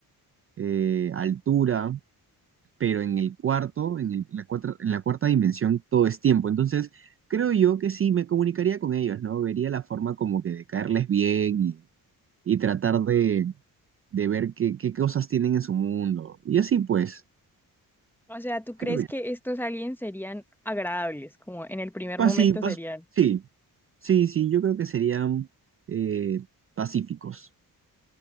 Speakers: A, on the right (about 40°); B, in the centre.
A: eh, altura, pero en el cuarto, en el- en la cuarta, en la cuarta dimensión, todo es tiempo. Entonces, creo yo que sí, me comunicaría con ellos, ¿no? Vería la forma como que de caerles bien y tratar de, de ver qué, qué cosas tienen en su mundo. Y así pues,
B: O sea, ¿tú crees
A: creo que-
B: que estos aliens serían agradables? Como en el primer
A: Pues
B: momento
A: sí, pues
B: serían.
A: sí, sí, sí, yo creo que serían eh, pacíficos.